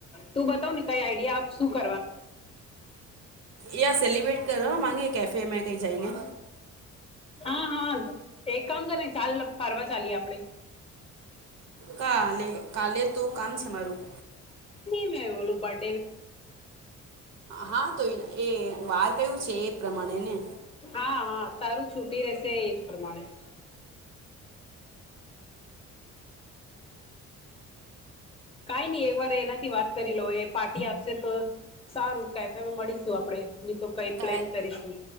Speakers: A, on the left (about 20°); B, on the right (about 60°).
A: તું બતાવ ને કાઈ આઈડિયા આપ શું કર
B: યા સેલિબ્રેટ કરો માગે કેફે મે કઈ જાયને
A: હા હા એક કામ કરને ચાલ ફરવા ચાલીએ આપણેે
B: કાલે કાલે તો કામ છે મારું
A: હે બોલો પણ
B: હા તો એ એ વાર કયું છે એ પ્રમાણે ને
A: હા હા તારું છુટી રહેશે એજ પ્રમાણે કાંઈ નઈ એક વાર એનાથી વાત કરી લઉ એ પાર્ટી આપશે તો સારું કેફેમાં મળીશું આપડે ની તો કઈ
B: ત
A: પ્લેન કરીશું